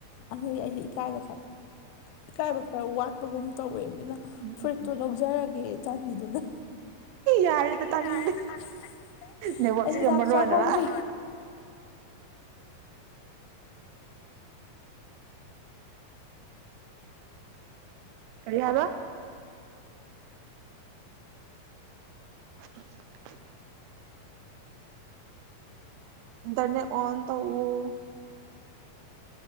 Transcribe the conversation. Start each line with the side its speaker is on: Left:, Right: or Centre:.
Left: ꯑꯗꯨ ꯑꯩꯁꯦ ꯏꯀꯥꯏꯕ ꯈꯔ ꯏꯀꯥꯏꯕ ꯈꯔ ꯋꯥꯠꯄꯒꯨꯝ ꯇꯧꯋꯦ ꯑꯗꯨꯅ
Right: ꯎꯝ
Left: ꯐꯨꯔꯤꯠꯇꯣ
Right: ꯎꯝ ꯎꯝ
Left: ꯂꯧꯖꯔꯒꯦ ꯆꯥꯟꯕꯤꯗꯨꯅ
Right: ꯌꯥꯔꯦꯗ
Left: ꯍꯩ
Right: ꯇꯥꯅꯤꯡꯗꯦ
Left: ꯌꯔꯦꯗ ꯇꯅꯤꯡꯗꯦ <unintelligible>
Right: ꯅꯦꯠꯋꯥꯛꯁꯤꯒ
Left: ꯑꯩ ꯆꯥꯛ
Right: ꯃꯔꯣꯟ
Left: ꯆꯍꯧꯗꯦ
Right: ꯑꯃ ꯀꯔꯤ ꯍꯥꯏꯕ ꯎ <unintelligible> ꯏꯟꯇꯔꯅꯦꯠ ꯑꯣꯟ ꯇꯧꯑꯣ